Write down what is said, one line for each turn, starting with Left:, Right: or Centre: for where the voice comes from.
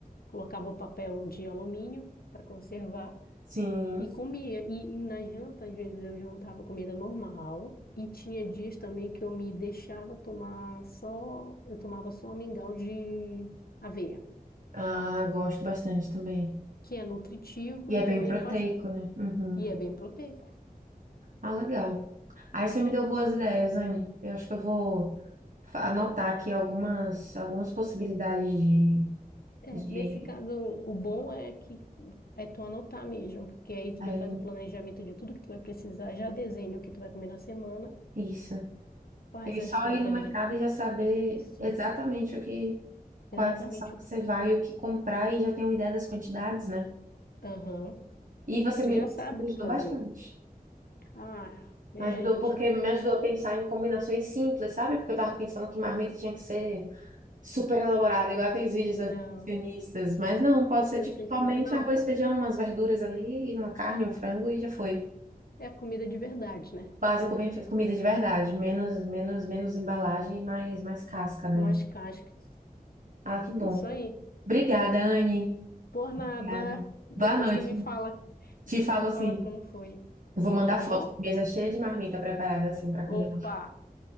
Left: colocava o papel de alumínio para conservar
Right: Sim.
Left: e comia. E, e na janta, às vezes eu jantava comida normal. E tinha dias também que eu me deixava tomar só, eu tomava só mingau de aveia,
Right: Ah, gosto bastante também.
Left: que é nutritivo
Right: E
Left: e
Right: é
Left: também
Right: bem proteico,
Left: faz,
Right: né? Uhum.
Left: e é bem proteico.
Right: Ah, legal. Aí você me deu boas ideias, Anne. Eu acho que eu vou fa- anotar aqui algumas, algumas possibilidades de,
Left: É,
Right: de
Left: nesse caso, o bom é que é tu anotar mesmo, porque aí tu
Right: é,
Left: já faz o planejamento de tudo que tu vai precisar, já desenha o que tu vai comer na semana,
Right: isso.
Left: faz
Right: E aí
Left: as
Right: só
Left: compras
Right: ir no mercado
Left: do...
Right: e já saber
Left: Isso,
Right: exatamente o que, qual
Left: exatamente
Right: é a estação que
Left: o que...
Right: você vai, o que comprar e já ter uma ideia das quantidades, né?
Left: Aham.
Right: E você
Left: Tu
Right: me,
Left: já sabe
Right: me
Left: o
Right: ajudou
Left: que fazer.
Right: bastante.
Left: Ah, é,
Right: Me ajudou
Left: a gente...
Right: porque me ajudou a pensar em combinações simples, sabe? Porque eu tava pensando que marmita tinha que ser super elaborada, igual aqueles vídeos
Left: Não,
Right: das nutricionistas. Mas não, pode ser
Left: eu
Right: tipo
Left: sei
Right: somente
Left: como é. Não,
Right: arroz,
Left: pode...
Right: feijão, umas verduras ali, uma carne, um frango e já foi.
Left: É comida de verdade, né?
Right: Básico, bem feito, comida de verdade. Menos, menos, menos embalagem e mais, mais casca, né?
Left: Umas cascas.
Right: Ah, que bom.
Left: É isso aí.
Right: Obrigada, Anne.
Left: Por nada.
Right: Obrigada.
Left: Depois
Right: Boa noite.
Left: tu me fala.
Right: Te
Left: Depois
Right: falo
Left: tu me
Right: assim.
Left: fala como foi,
Right: Vou mandar
Left: tá
Right: foto.
Left: bom?
Right: Mesa é cheia de marmita preparada assim para congelar.
Left: Opa!